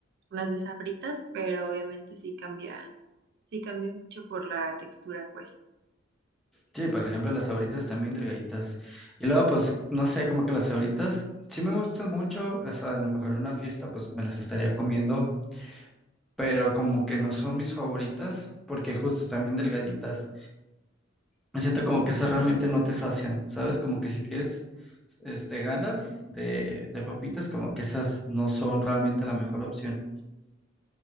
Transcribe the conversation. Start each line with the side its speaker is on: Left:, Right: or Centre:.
Right: las de Sabritas, pero obviamente sí cambia, sí cambia mucho por la textura, pues.
Centre: Sí, por ejemplo, las Sabritas también delgaditas. Y luego, pues, no sé, como que las Sabritas sí me gustan mucho. O sea, a lo mejor en una fiesta, pues me las estaría comiendo, pero como que no son mis favoritas, porque justo también delgaditas. Me siento como que esas realmente no te sacian, ¿sabes? Como que si tienes, este, ganas de, de papitas, como que esas no son realmente la mejor opción.